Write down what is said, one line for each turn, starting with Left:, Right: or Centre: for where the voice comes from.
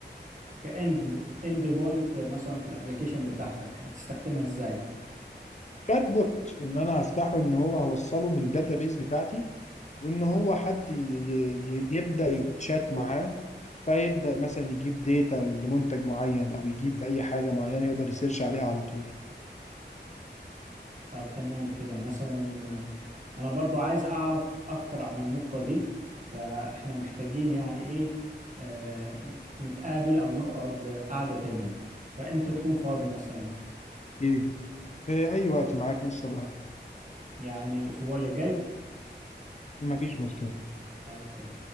Right: كاند اند بوينت مثلا في الابليكيشن بتاعتك هتستخدمها ازاي؟
Left: شات بوت ان انا هفتحه ان هو هوصله بالداتابيز بتاعتي وان هو حد ي- ي- يبدا يتشات معاه فيبدا مثلا يجيب داتا لمنتج معين او يجيب اي حاجه معينه يقدر يسيرش عليها على طول
Right: طب تمام كده مثلا آه، انا برضو عايز اعرف اكتر عن النقطة دي فاحنا محتاجين يعني ايه آه، نتقابل او نقعد قعدة تانية فامتى تكون فاضي مثلا
Left: ايه إيه، اي وقت معاك نص بقى
Right: يعني الاسبوع اللي جاي؟
Left: مفيش مشكلة
Right: طيب تمام